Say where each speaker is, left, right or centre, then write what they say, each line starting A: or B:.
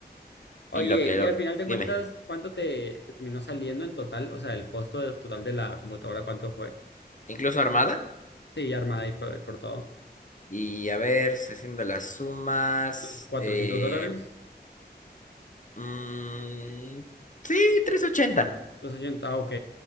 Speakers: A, on the left; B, on the left.
A: Oye,
B: Y lo que
A: y
B: lo,
A: al final de
B: dime,
A: cuentas, ¿cuánto te, te terminó saliendo en total? O sea, el costo de- total de la computadora, ¿cuánto fue?
B: incluso armada.
A: Sí, armada y por, por todo.
B: Y a ver, haciendo las sumas.
A: ¿Los 400
B: Eh,
A: dólares?
B: mm, sí, 380.
A: Los ochenta. ah, ok.